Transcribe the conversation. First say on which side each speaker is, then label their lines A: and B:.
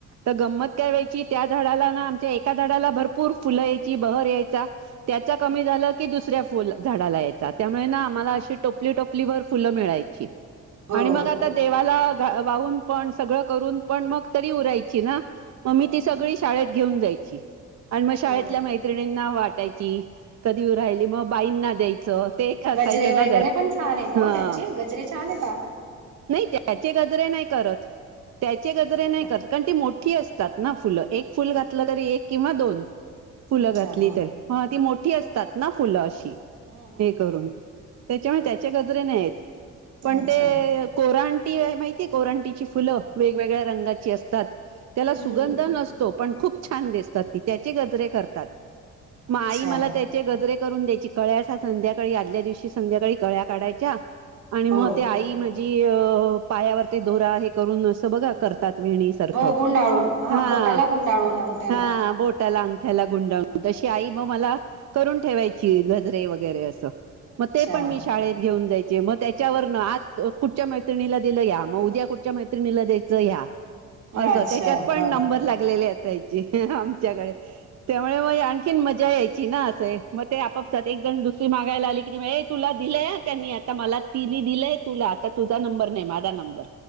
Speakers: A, on the right; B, on the right.
A: तरं गंमत कायं व्हांयची त्यां झाडांला नां आमच्यां एकां झाडांला भरंपूर फुलं यांयची बहरं यांयचां त्यांचं कमी झालं की दुसऱ्यां फुलं झाडांला यांयची त्यांमुळे नां आम्हांला अशी टोपली टोपली भरं फुलं मिळांयची
B: हो
A: आणि मंग आतां देवालां गां वाहूंन पणं सगळं करूंन पणं मंग तरी उरांयची नां मंग मी
B: हम्म
A: ती सगळी शाळेंत घेऊनं जांयची आणि मंग शाळल्यां
B: हो
A: मैत्रिनी नां वाटांयची कधी राहिली मंग बाईंना द्यांयची च ते एक असायचं
B: गजरे वगैरे
A: नां जरं
B: पण छान येत हो
A: हं
B: त्यांचे गजरे छान येतांत
A: नाहीं त्यांचे गजरे नाहीं करतं त्यांचे गजरे
B: नाही
A: नाहीं
B: का
A: करतं कारणं ती मोठी असतांत नां फुलं एक फुलं घातलं तरी एक किंवा दोन फुलं
B: अच्छा
A: घातली
B: हा
A: तरं हं ती मोठी असतांत नां फुलं अशी
B: हम्म हम्म
A: हे
B: हम्म
A: करूंन त्यांच्यामुळे त्यांचे गजरे नाहीं येतं पणं
B: अच्छा
A: ते कोरांटी माहितीयं कोरांटीची फुलं वेगवेगळ्यां रंगाची असतांत त्यांला
B: हम्म
A: सुगंध नसतो पणं खूंप छान दिसतांत ती त्यांचे गजरे करतांत मंग
B: अच्छा
A: आई मलां त्यांचे चे गजरे करूंन द्यांयची कळ्यां असां संध्याकांळी आदल्यां दिवशी संध्याकांळी कळ्यां काढांयच्यां आणि
B: हो
A: मंग ते आई माझी अ पायांवर ते दोरां हे करूंन असं बघं करं ते करतांत वेणीसांरखं
B: हो गुंडाळून हा
A: हां
B: बोटाला गुंडाळून अंगठ्याला
A: हां बोटं त्यांला अंगठ्यांला गुंडाळूंन तशी आई मंग मलां करूंन ठेवायंची गजरे वगैरें असं मंग
B: अच्छा
A: ते पणं मी शाळेंत घेऊन जायंचे मंग त्यांच्यावरूंन आ कुंठच्यां मैत्रिणीलां दिलं यां मंग उद्यां कुंठच्यां मैत्रिणीलां द्यांयचं यां असं
B: अच्छा
A: त्यांच्यात पणं
B: हा
A: नंबर लागले असांयचे आमच्यांकडे त्यामुळें मंग यां आणखीन मज्जां यांयची नां असं मंग ते आपापसांत एक जणं दुसरी मागायलां आली की ए तुलां दिलंय त्यांनी आतां मलां तिने दिलंय तुलां आतां तुझां नंबर नाहीं माझां नंबर